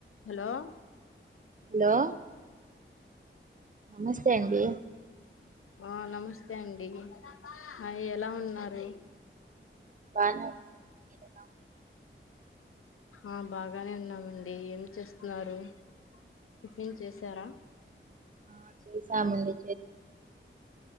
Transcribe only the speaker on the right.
hello నమస్తే అండి
బన్వ్ ఎమ్ తిన్నావ్
ఆ చేసామండి